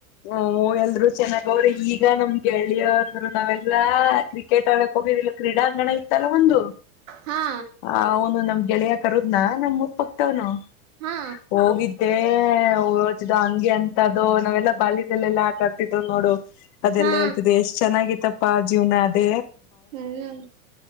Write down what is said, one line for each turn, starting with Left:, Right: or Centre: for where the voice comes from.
Left: ಹಾ ಎ ಅವರು ಚೆನ್ನಾಗ ಅವ್ರಿ ಈಗ ನಮ್ಗೆಳಿಯ ಅಂದ್ರು ನಾವೆಲ್ಲಾ ಕ್ರಿಕೆಟ್ ಆಳಕ್ ಹೋಗಿದಿಲ್ಲ ಕ್ರೀಡಾ ಅಂಗಣ ಇತ್ತಲ್ಲ ಒಂದು
Right: ಹಾ
Left: ಹ ಹನು ನಮ ಗೆಳೆಯ ಕರುದ್ನಾ ನಮ್ ಊರ್ ಪಕ್ತವ್ನು
Right: ಹಾ
Left: ಹೋಗಿದ್ದೆ ಏ ಹ ಹಂಗೆ ಅಂತ ಅದು ನಾವೆಲ್ಲ ಬಲ್ಯದಲ್ಲೆಲ್ಲಾ ಆಟಾ ಆಡ್ತಿದ್ರು ನೋಡು ಅದೆಲ್ಲ
Right: ಹಾ
Left: ಹೇಳ್ತಿದೆ ಎಷ್ಟ್ ಚೆನ್ನಾಗಿ ತಪ್ಪ ಜೀವನ ಅದ
Right: ಹ್ಮ್